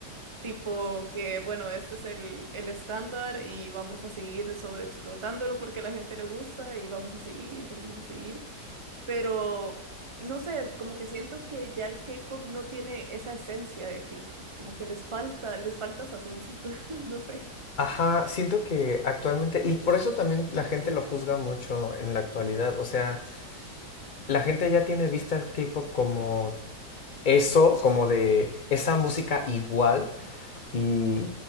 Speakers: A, on the right (about 30°); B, on the left (about 45°).
A: Tipo que, bueno, este es el, el estándar y vamos a seguir sobreexplotándolo porque a la gente le gusta y vamos a seguir y seguir y seguir pero no sé, como que siento que ya el K-pop no tiene esa esencia de K-pop, como que les falta, les falta sazoncito, <laughs> no sé.
B: Ajá, siento que actualmente, y por eso también la gente lo juzga mucho en la actualidad, o sea, la gente ya tiene vista al K-pop como eso, como de esa música igual, y